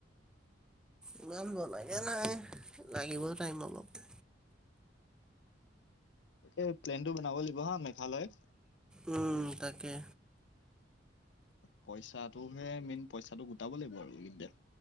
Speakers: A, in the centre; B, on the left (about 80°).
A: ইমান বনাগে নাই লাগিব টাইম অলপ-
B: তাকে প্লেনটো বনাব লাগিব হা মেঘালয়ত
A: উম তাকে
B: পইচাটো হে মেইন পইচাটো গোটাব লাগিব আৰু দে-